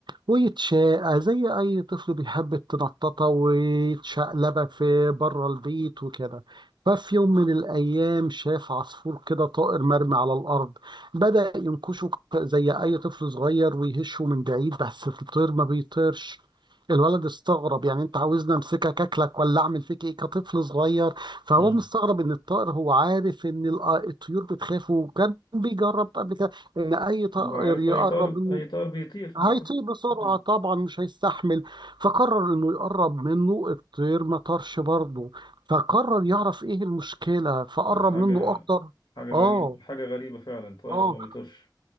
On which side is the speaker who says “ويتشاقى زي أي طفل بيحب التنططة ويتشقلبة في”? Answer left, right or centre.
Right